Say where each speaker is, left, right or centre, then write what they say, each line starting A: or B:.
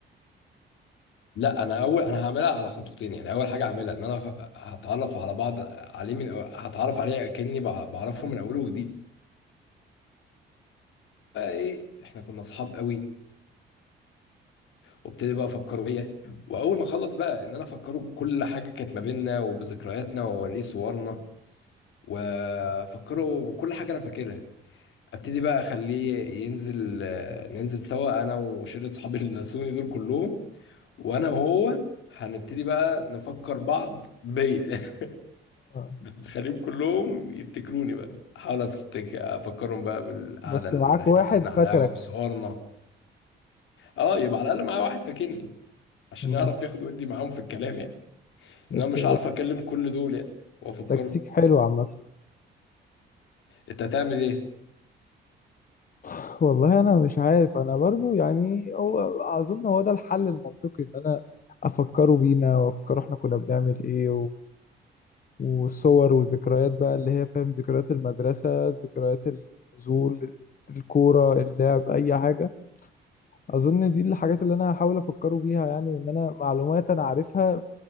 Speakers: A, on the left (about 75°); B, on the left (about 45°).
A: لا انا اول انا هعملها على خطوتين يعني اول حاجه هعملها ان انا ف- هتعرف على بعض عليه من أو... هتعرف عليه كاني بع- بعرفه من اوله وجديد بقى ايه احنا كنا اصحاب قوي وابتدي بقى افكره بيا واول ما اخلص بقى ان انا افكره بكل حاجه كانت ما بيننا وبذكرياتنا واوريه صورنا وافكره بكل حاجه انا فاكرها ابتدي بقى اخليه ينزل آه، ننزل سوا انا وشله صحابي اللي نسوني دول كلهم وانا وهو هنبتدي بقى نفكر بعض بيا <laughs>
B: آه.
A: خليهم كلهم يفتكروني بقى احاول أفتك... افكرهم بقى بالقعده
B: بس
A: اللي
B: معاك
A: احنا
B: واحد
A: قعدنا على
B: فاكرك
A: القهوه بصورنا اه يبقى على الاقل معايا واحد فاكرني عشان
B: مم.
A: يعرف ياخد ويدي معاهم في الكلام يعني
B: بس
A: ان انا مش هعرف اكلم كل دول يعني وافكرهم
B: تكتيك حلو عامة
A: انت هتعمل ايه
B: <laughs> والله انا مش عارف انا برضو يعني هو اظن هو ده الحل المنطقي ان انا افكروا بينا وافكروا احنا كنا بنعمل ايه والصور والذكريات بقى اللي هي فاهم ذكريات المدرسة ذكريات النزول الكورة اللعب أي حاجة أظن دي الحاجات اللي أنا هحاول أفكره بيها يعني إن أنا معلومات أنا عارفها